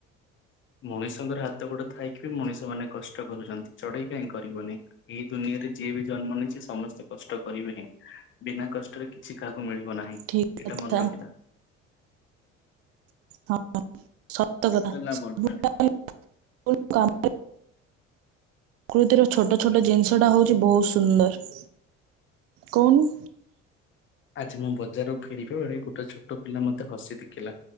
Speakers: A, on the left; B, on the right.
A: ମଣିଷଙ୍କର ହାତ ଗୋଡ ଥାଇକି ବି ମଣିଷ ମାନେ କଷ୍ଟ କରୁଛନ୍ତି ଚଢେଇ କାହିଁକି କରିବନି। ଏଇ ଦୁନିଆରେ ଯିଏ ବି ଜନ୍ମ ନେଇଛି ସମସ୍ତେ କଷ୍ଟ କରିବେ ହିଁ ବିନା କଷ୍ଟରେ କିଛି କାହାକୁ ମିଳିବ ନାହିଁ
B: ଠିକ୍ କଥା
A: ଏଇଟା ମନେ ରଖିିଥା।
B: <unintelligible>
A: ଠିକ୍ କହିଲି ନା ଭୁଲ କହିଲି?
B: ପ୍ରକୃତିର ଛୋଟ ଛୋଟ ଜିନିଷଟା ହଉଛି ବହୁତ ସୁନ୍ଦର। କହୁନୁ?
A: ଆଜି ମୁଁ ବଜାରୁ ଫେରିବା ବେଳେ ଗୋଟେ ଛୋଟ ପିଲା ମତେ ହସି ଦେଖିଲା।